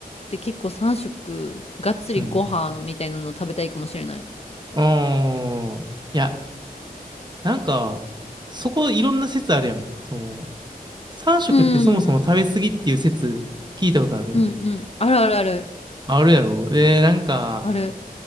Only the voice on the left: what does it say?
て結構3食、がっつりご飯みたいなのを食べたいかもしれない。
うん。うんうん。あるあるある。
ある。